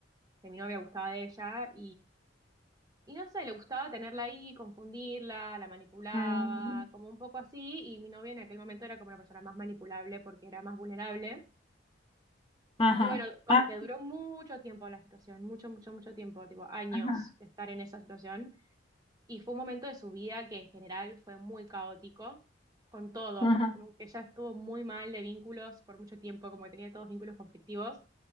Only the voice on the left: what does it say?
mm,
ajá.
Ah,
ajá.
Ajá.